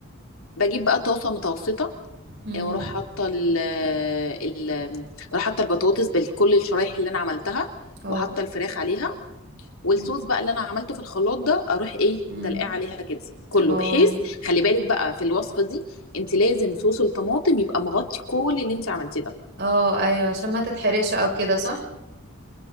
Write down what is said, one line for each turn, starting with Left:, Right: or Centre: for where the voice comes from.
Left: بجيب بقى طاسه متوسطه
Right: مم.
Left: آه، واروح حاطه ال ال بروح حاطه البطاطس بكل الشرايح اللي انا عملتها
Right: اه
Left: وحاطه الفراخ عليها والصوص
Right: مم.
Left: بقى اللي انا عملته في الخلاط ده اروح ايه
Right: مم.
Left: دلقاه عليها كده كله
Right: اه
Left: بحيث خلي بالك بقى في الوصفه دي انت لازم صوص الطماطم يبقى مغطي كل اللي انت عملتيه ده
Right: اه ايوه عشان ما تتحرقش او كده صح